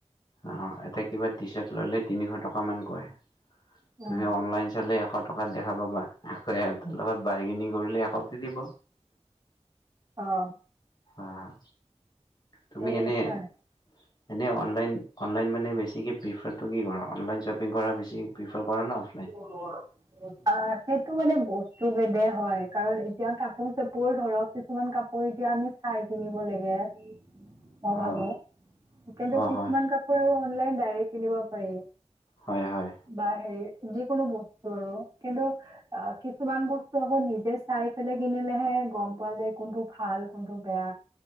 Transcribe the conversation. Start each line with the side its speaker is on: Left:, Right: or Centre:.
Left: অ এতিয়া কিবা টি চাৰ্ট ললে তিনিশ টকা মান কয়।
Right: উম,
Left: তুমি অনলাইন চালে এশ- টকাত দেখা পাবা। আকৌ হেতৰ লগত বাৰ্গেনিং কৰিলে এশতে দিব।
Right: অঁ
Left: অঁ তুমি
Right: তেনেকুৱাই।
Left: এনে- এনেই অনলাইন অনলাইন মানে বেছিকৈ প্ৰিফাৰটো কি কৰা অনলাইন শ্বপিং কৰা বেছি- প্ৰিফাৰ কৰা না অফলাইন?
Right: <unintelligible> আঁ সেইটো মানে বস্তু বেদে হয়। কাৰণ এতিয়া কাপোৰ চাপোৰ ধৰক- কিছুমান কাপোৰ এতিয়া আমি চাই কিনিব লাগে- মই
Left: অ
Right: ভাবো। সেইকাৰণে
Left: অ
Right: কিছুমান
Left: হয়
Right: কাপোৰ আৰু অনলাইন ডাইৰেক্ট কিনিব পাৰি।
Left: হয় হয়।
Right: বা হেৰি যিকোনো বস্তু আৰু, কিন্তু অ' কিছুমান বস্তু আকৌ নিজে চাই পেলাই কিনিলেহে গম পোৱা যায়। কোনটো ভাল কোনটো বেয়া,